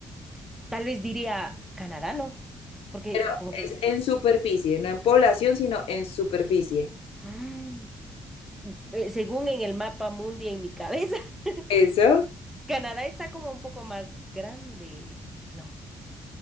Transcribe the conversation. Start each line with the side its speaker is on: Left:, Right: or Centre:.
Centre: Tal vez diría Canadá, ¿no? Porque
Left: Pero
Centre: como que
Left: es
Centre: es...
Left: en superficie, no en población, sino en superficie.
Centre: Mm. Eh, Según en el mapa mundi en mi cabeza, <laughs>
Left: Eso.
Centre: Canadá está como un poco más grande. No.